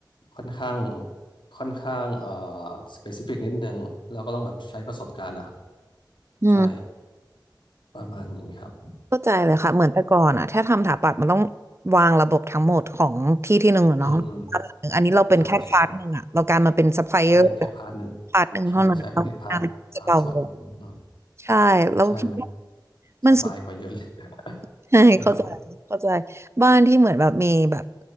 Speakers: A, on the left; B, on the right.
A: ค่อนข้างค่อนข้างเอ่อสเปซิฟิกนิดนึงเราก็ต้องแบบใช้ประสบการณ์นะครับ
B: อืม
A: ใช่ ประมาณนี้ครับ
B: เข้าใจเลยค่ะเหมือนแต่ก่อนอะถ้าทำสถาปัตย์มันต้องวางระบบทั้งหมดของที่ที่หนึ่งอะเนาะบ้านหลังหนึ่งอันนี้เราเป็นแค่พาร์ทหนึ่งอะเราการมาเป็นซัพพลายเออร์
A: อืมอืมใช่ใช่ใช่เป็นแค่พาร์ทหนึ่ง
B: พาร์ทหนึ่งเท่านั้นแล้งานจะเบาลง
A: ใช่ใช่เป็นแค่พาร์ทพาร์ทส่วนหนึ่งอืม
B: ใช่เราคิดว่า
A: ใช่มัน
B: มันสุด
A: สบายกว่าเยอะเลย
B: <laughs> ใช่เข้าใจเข้าใจ
A: เออ
B: บ้านที่เหมือนแบบมีแบบ